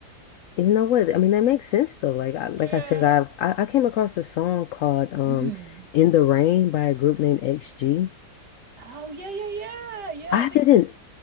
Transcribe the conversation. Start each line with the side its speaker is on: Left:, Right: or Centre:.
Left: You know what? I mean, that makes sense though. Like I like
Right: Yeah.
Left: I said, I've I, I came across a song called um
Right: Mm.
Left: In the Rain by a group named XG.
Right: Oh yeah, yeah, yeah, yeah.
Left: I
Right: I think.
Left: didn't